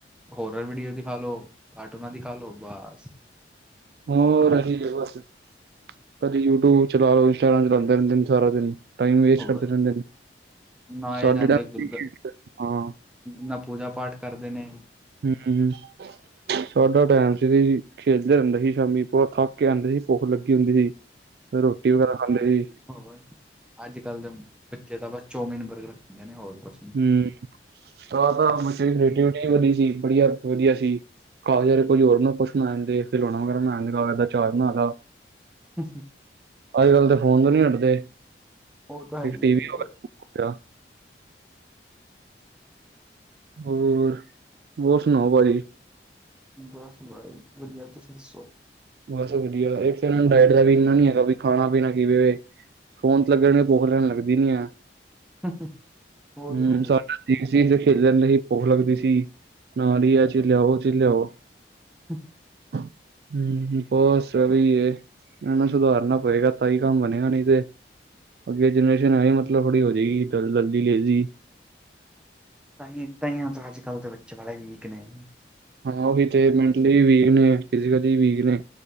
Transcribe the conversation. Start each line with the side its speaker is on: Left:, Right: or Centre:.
Centre: ਹੋਰਰ ਵੀਡੀਓ ਦਿਖਾ ਲੋ ਕਾਰਟੂਨਾ ਦਿਖਾ ਲੋ ਬਸ
Right: ਹੋਰ ਇਹੀ ਹੈ ਬਸ ਕਦੇ ਯੂਟਿਊਬ ਚਲਾ ਲਓ ਇੰਸਟਾਗ੍ਰਾਮ ਚਲਾਂਦੇ ਰੈਂਦੇ ਨੇਂ ਸਾਰਾ ਦਿਨ, ਟਾਈਮ ਵੇਸਟ
Centre: ਹੋਰ
Right: ਕਰਦੇ ਰੈਂਦੇ
Centre: ਨਾ
Right: ਸਾਡੇ
Centre: ਇਹ ਜਾਂਦੇ
Right: ਟੈਮ
Centre: ਗੁਰਦ
Right: ਹੀ ਹਾਂ
Centre: ਨਾ ਪੂਜਾ ਪਾਠ ਕਰਦੇ ਨੇ
Right: ਹਮੱਮ ਸਾਡਾ ਟੈਮ ਸੀ ਖੇਲਦੇ ਰੈਂਦੇ ਹੀ ਸ਼ਾਮੀ ਪੂਰਾ ਥੱਕ ਕੇ ਆਂਦੇ ਸੀ ਭੁੱਖ ਲੱਗੀ ਹੁੰਦੀ ਸੀ ਫੇਰ ਰੋਟੀ ਵਗੈਰਾ ਖਾਂਦੇ ਹੀ
Centre: ਹੋਰ ਅੱਜ ਕੱਲ੍ਹ ਦੇ ਬੱਚੇ ਤਾਂ ਬਸ ਚੌਮੀਨ ਬਰਗਰ ਖਾਂਦੇ ਨੇ ਹੋਰ ਕੁਛ ਨੀ
Right: ਹਮੱਮ,, <unintelligible> <unintelligible>
Centre: ਅੱਛਾ
Right: ਅੱਜ ਕਲ ਤੇ ਫੋਨ ਤੋਂ ਨਹੀਂ ਹਟਦੇ
Centre: ਓ ਤਾਂ ਹਾਂ
Right: ਇੱਕ
Centre: ਹੀ
Right: ਟੀਵੀ
Centre: ਇਹ
Right: <inaudible> ਹੋਰ ਹੋਰ ਸੁਣਾਓ ਪਾਜੀ?
Centre: ਬਸ ਭਾਈ ਵਧੀਆ ਤੁਸੀਂ ਦੱਸੋ?
Right: ਬਸ ਵਧੀਆ ਇਥੇ ਨ ਡਾਇਟ ਦਾ ਵੀ ਇੰਨਾ ਨੀ ਹੈਗਾ ਵੀ ਖਾਣਾ ਪੀਣਾ ਕਿਵੇਂ ਹੈ ਫੋਨ ਤੇ ਲੱਗਣ ਨੂੰ ਭੁੱਖ ਏਨਾ ਲੱਗਦੀ ਨਈ ਹੈ
Centre: ਹੂ ਹੂ ਹੋਰ
Right: ਹੂੰ
Centre: ਸੁਣਾਈ ਏ?
Right: <unintelligible>
Centre: ਹੂ
Right: <inaudible> ਬਹੁਤ ਸਰੀ ਹੈ ਇਹਨਾਂ ਨੂੰ ਸੁਧਾਰਨਾ ਪਏਗਾ ਤਾਂ ਹੀ ਕੰਮ ਬਣੇਗਾ ਨਹੀਂ ਤੇ,, ਅਗੇ ਜਨਰੇਸ਼ਨ ਐ ਹੀ ਮਤਲਬ ਬੜੀ ਹੋ ਜਾਏਗੀ ਜਲਦੀ ਲੇਜ਼ੀ,
Centre: ਤਾਂਹੀ ਤਾਹੀ ਹੀ ਅੱਜ ਕੱਲ ਦੇ ਬੱਚੇ ਵੀਕ ਨੇ,
Right: ਹਾਂ ਉਹੀ ਤੇ ਮੈਂਟਲੀ ਵੀਕ ਨੇ ਫਸਿਕੈਲੀ ਵੀਕ ਨੇ